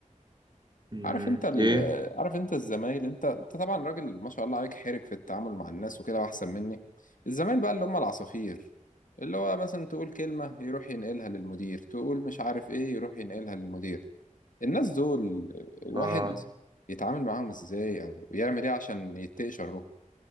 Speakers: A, on the right; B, on the left.
A: مم،
B: عارف انت ال...
A: ايه
B: عارف انت الزمايل انت انت طبعا راجل ما شاء الله عليك حرك في التعامل مع الناس وكده واحسن مني الزمايل بقى اللي هم العصافير اللي هو مثلا تقول كلمة يروح ينقلها للمدير تقول مش عارف ايه يروح ينقلها للمدير الناس دول الواحد
A: اه
B: يتعامل معاهم ازاي او يعمل ايه عشان يتقي شره